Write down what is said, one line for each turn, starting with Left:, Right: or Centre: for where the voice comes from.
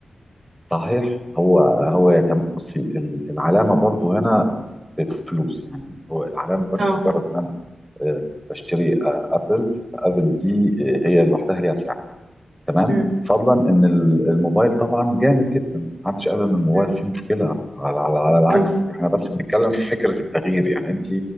Centre: صحيح هو هو يتم... بصي ال- العلامه برضو هنا بفلوس يعني هو العلامه بس
Right: اه
Centre: مجرد ان انا آه، بشتري آه، ابل ابل دي آه، هي لوحدها ليها سعر تمام
Right: أم،
Centre: فضلا ان ال- الموبايل طبعا جامد جدا محدش قال ان الموبايل
Right: أم،
Centre: فيه مشكله على, على, على العكس
Right: اه
Centre: احنا بس بنتكلم في فكره التغيير يعني انت